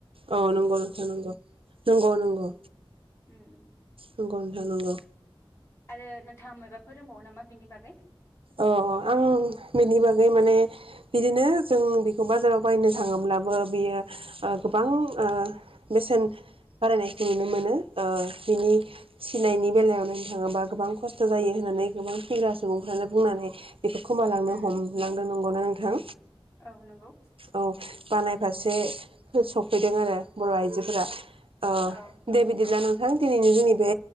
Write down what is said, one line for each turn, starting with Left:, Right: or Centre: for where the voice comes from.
Right: औ नंगौ नोंथां नंगौ नंगौ नंगौ
Left: उम उम
Right: नंगौ नोंथां नंगौ।
Left: आरो नोंथाङा मायबाफोर रोंबावो नामा बिनि बागै?
Right: अ आं बेनि बागै माने बिदिनो जों बेखौ बाजाराव बायनो थाङोब्लाबो बियो ओ गोबां ओ बेसेन बारायनायखौ नुनो मोनो ओ बिनि फिसिनायनि बेलायाव नायनो थाङोबा गोबां खस्थ' जायो होननानै गोबां फिग्रा सुबुंफ्रानो बुंनानै बेखौ खोमायलांनो
Left: उम
Right: हमलांदों नंगौना नोंथां?
Left: औ नंगौ
Right: औ। बानायफारसे फोर सफैदों आरो बर' आइजोफोरा। अ
Left: औ
Right: दे बिदिब्ला नोंथां। दिनैनो जोंनि बे